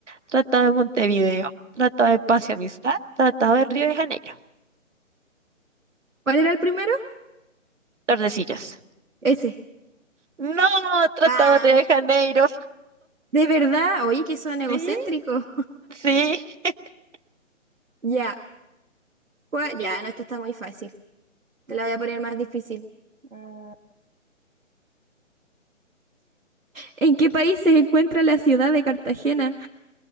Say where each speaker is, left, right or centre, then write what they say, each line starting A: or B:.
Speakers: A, on the right; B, on the right.
A: Tratado de Montevideo. Tratado de Paz y Amistad. Tratado de Río de Janeiro.
B: ¿Cuál era el primero?
A: Tordesillas.
B: Ese.
A: No, Tratado
B: Ah,
A: de Río de Janeiro.
B: de verdad. Oye, que son egocéntricos.
A: Sí, sí. <laughs>
B: Ya. ¿Cuál? Ya, no, esta está muy fácil. Te la voy a poner más difícil. Mm. ¿En qué país se encuentra la ciudad de Cartagena,